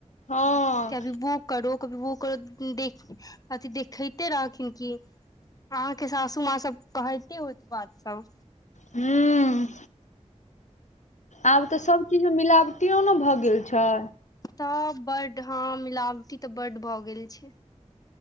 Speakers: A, on the left (about 75°); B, on the left (about 30°).
A: हँ
B: कभी वो करो कभी वो करो देख अथि देखैते रहखिन की अहांके सासू माँ सब कहेते होत बात सब
A: हूं आब तऽ सब चीज मे मिला बटीयो ने भऽ गेल छै
B: तऽ बड्ड हँ मिलावटी तऽ बड्ड भऽ गेल छै